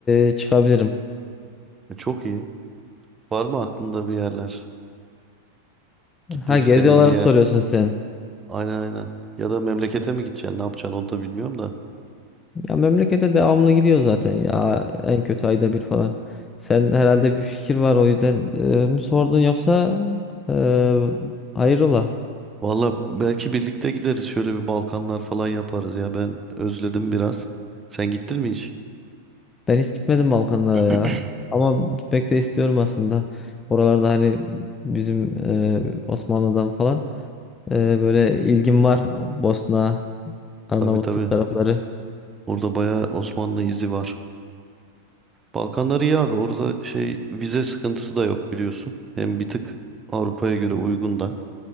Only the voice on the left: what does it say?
e, çıkabilirim.
Ha gezi
olarak
soruyorsun sen.
Ya memlekete devamlı gidiyor zaten ya en kötü ayda bir falan. Sen herhalde bir fikir var o yüzden e, mi sordun yoksa e, hayrola?
Ben hiç gitmedim Balkanlara
ya. Ama gitmek de istiyorum aslında. Oralarda hani bizim e, Osmanlı'dan falan e, böyle ilgim var. Bosna, Arnavutluk
tarafları.